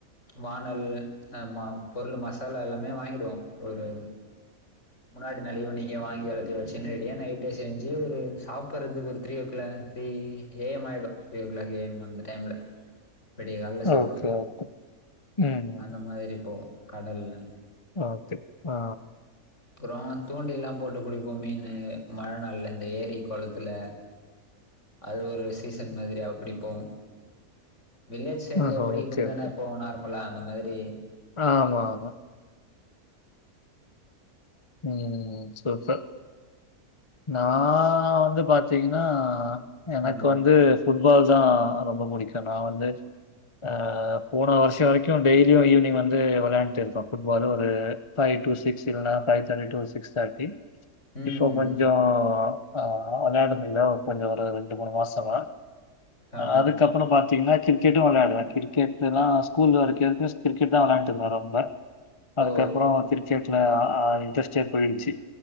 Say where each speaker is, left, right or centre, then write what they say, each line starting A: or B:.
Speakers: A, on the left; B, on the left.
A: வானல் அ ம பொருள் மசாலா‌ எல்லாமே வாங்கிடுவோ ஒரு முன்னாடி நள்லே ஈவினிங்கே வாங்கி எல்லாதியு வச்சுகின்னு ரெடியா நைட்டு செஞ்சி ஒரு சாப்பறதுக்கு ஒரு த்ரீ ஓ கிளா த்ரீ ஏம் ஆயிடு த்ரீ ஓ கிளாக் ஏம் அந்த டைம்ல விடிய கால்ல சாப்டுவோ
B: ஓகே, ஓகே. ம்.
A: அந்த மாதிரி இப்போ கடல்கள்
B: ஓகே ஆ
A: அப்றோ தூண்டில்லா போட்டு புடிப்போ மீனு மழநாள்ல இந்த ஏரி கொளத்துல அது ஒரு சீசன் மாதிரி அப்டிபோவோ வில்லேஜ் சைட்ல
B: ஆஹா.
A: எப்படி
B: ஓகே,
A: இப்படி தானே
B: ஓகே.
A: போவோ நார்மலா அந்த மாதிரி
B: ஆமா ஆமா ம் சூப்பர் நா வந்து பாத்தீங்கன்னா எனக்கு
A: ம்
B: வந்து ஃபுட்பால் தா ரொம்ப புடிக்கு நா வந்து ஆ போன வர்ஷொ வரைக்கும் டெய்லியும் ஈவினிங் வந்து வெளையாண்டு இருப்போ ஃபுட்பாலு ஒரு ஃபைவ் டூ சிக்ஸ் இல்லன்னா ஃபைவ் தேர்ட்டி டூ சிக்ஸ் தேட்டி
A: ம்
B: இப்போ கொஞ்ச ஆ அனாடாமில கொஞ்ச ஒரு ரெண்டு மூனு மாசமா
A: ஆ
B: அதுக்கப்புற பாத் தீங்கன்னா கிரிக்கெட்டும் விளையாடுவேன் கிரிக்கெட் லா ஸ்கூல்ல வரைக்கு கிரிக்கெட் தா விளான்ட்டுருந்தன் ரொம்ப அதுக்கப்புற
A: ஓ
B: கிரிக்கெட்ல அ இன்ட்ரெஸ்டே போயிடுச்சு